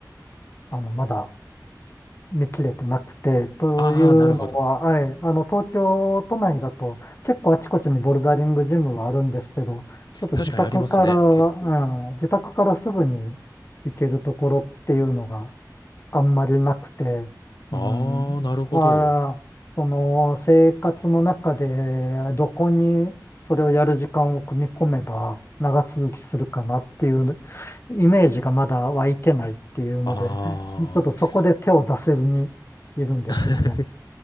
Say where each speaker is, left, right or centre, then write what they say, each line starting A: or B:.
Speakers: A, on the left (about 35°); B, on the left (about 70°).
A: あの、まだ見切れてなくて、というのは、
B: ああ、なるほど。
A: はい、あの、東京都内だと結構あちこちにボルダリングジムはあるんですけど、ちょっと自宅から、
B: 確かにありますね、
A: うん、
B: 結構。
A: 自宅からすぐに行けるところっていうのが、あんまりなくて、
B: ああ、
A: うん、
B: なるほど。
A: まあ、その生活の中でどこにそれをやる時間を組み込めば長続きするかなっていうイメージがまだ湧いてないっていうので、
B: ああ。
A: ちょっとそこで手を出せずにいるんですよね。
B: <laughs>